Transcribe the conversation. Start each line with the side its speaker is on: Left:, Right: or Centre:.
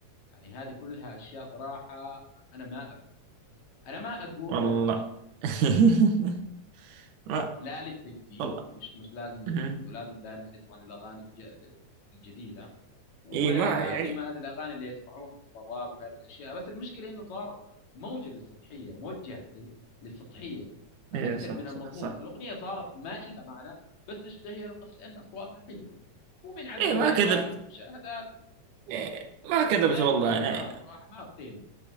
Left: يعني هذه كلها اشياء صراحه انا ما أف... انا ما اقول
Right: والله
Left: يعني
Right: <laughs>
Left: يعني
Right: ما
Left: لا للتجديد
Right: والله
Left: مش مش لازم نجدد
Right: مم.
Left: ولازم دائما نسمع للاغاني الج... الجديده ولا
Right: إيه ما يعني
Left: هاجم هذه الاغاني اللي يسمعوها مثل الراب وهذه الاشياء بس المشكله انه صار موجه للسطحيه موجه لل- للسطحيه اكثر
Right: إيه صح
Left: من المضمون
Right: صح صح
Left: الاغنيه صارت ما إلها معنى بس تشتهر بس لان اصواتها حلوه ومن عدد
Right: إيه
Left: اللايكات
Right: ما كذبت
Left: والمشاهدات
Right: إيه ما كذبت
Left: ما
Right: والله
Left: في قيمه
Right: أنا
Left: صراحه ما في قيمه